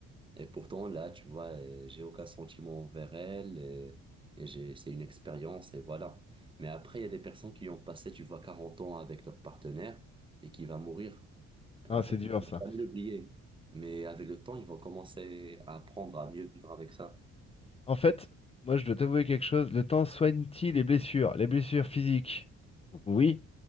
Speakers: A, on the right; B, on the left.
A: Et pourtant, là, tu vois, euh, j'ai aucun sentiment envers elle. Et, et j'ai, c'est une expérience et voilà. Mais après, il y a des personnes qui ont passé, tu vois, 40 ans avec leur partenaire et qui va mourir.
B: Ah,
A: En fait,
B: c'est dur
A: ils vont
B: ça.
A: jamais l'oublier. Mais avec le temps, ils vont commencer à apprendre à mieux vivre avec ça.
B: En fait, moi je dois t'avouer quelque chose. Le temps soigne-t-il les blessures? Les blessures physiques? Oui,